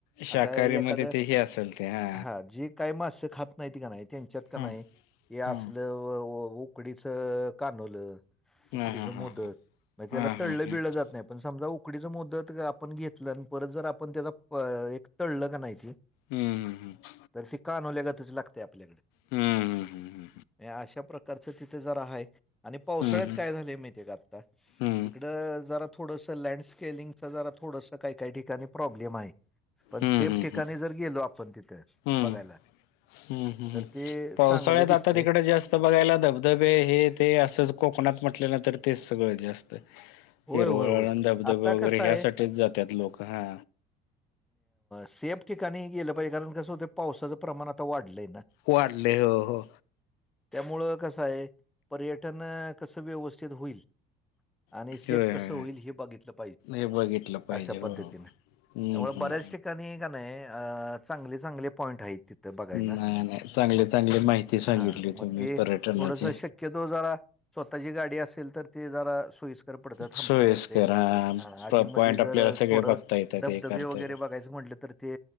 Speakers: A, on the left (about 80°); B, in the centre.
A: शाकाहारी
B: आता
A: मध्ये
B: एखादं
A: तेही असेल ते हा
B: हां, जे काही मास्सं खात नाहीती का नाही त्यांच्यात का
A: हा
B: नाही हे
A: हा
B: असलं उकडीच कानवलं उकडीच
A: हा हा हा
B: मोदक त्याला
A: हा हा
B: तळलं
A: हा
B: बिळलं जात नाही पण समजा उकडीचा मोदक आपण घेतलं आणि परत जर आपण त्याचा परत तळलं का नाहीते
A: हम्म हम् हम्
B: तर ती कानोवल्यागातच लागते आपल्याकडे
A: हम्म हम्म हम्म
B: अशा प्रकार तिथे जर आहे आणि पावसाळ्यात
A: हम्म
B: काय झालेय माहितीय का आता
A: हम्म
B: तिकडं जरा थोडसं लँडस्केलिंगच जरा थोडस काही काही ठिकाणी प्रॉब्लेम आहे पण
A: हम्म
B: सेफ
A: हम्म
B: ठिकाणी
A: हम्म
B: जर गेलो आपण तिथे
A: हम्म
B: बघायला
A: हम्म हम्म
B: तर ते
A: पावसाळ्यात
B: चांगलं दिसतंय.
A: आता तिकडे जे असतं जा बघायला धबधबे हे ते असंच कोकणात म्हटलेलं तर तेच सगळं जास्त हिरवळण
B: होय होय होय.
A: धबधबे
B: आता
A: वगैरे
B: कसं
A: ह्यासाठीठीच
B: आहे
A: जातात लोक हा
B: सेफ ठिकाणी गेलं पाहिजे कारण कसं होत पावसाचं प्रमाण आता वाढलंय ना
A: वाढले हो हो
B: त्यामुळं कसं आहे पर्यटन कसं व्यवस्थित होईल आणि
A: होय
B: सेप
A: होय
B: कसं
A: होय.
B: होईल हे बघितलं पाहिजे
A: हे बघितलं पाहिजे
B: अशा
A: हो
B: पद्धतीने
A: हो. हम्म
B: त्यामुळे
A: हम्म
B: बऱ्याच
A: हम्म.
B: ठिकाणी का नाही अ चांगले चांगले पॉईंट आहेत तिथ बघायला
A: नाही नाही चांगली
B: मग
A: चांगली माहिती सांगितली
B: हा मग
A: तुम्ही
B: ते
A: पर्यटनाची
B: थोडस शक्य तो जरा स्वतःची गाडी असेल तर ते जरा सोईस्कर पडदा
A: सोयस्कर
B: थांबता येते
A: हा
B: आधी मध्ये
A: पॉइंट
B: जर
A: आपल्याला सगळे
B: थोडं
A: बघता येतात
B: धबधबे
A: हे करता
B: वगैरे
A: येतात
B: बघायचं असं म्हटलं तर ते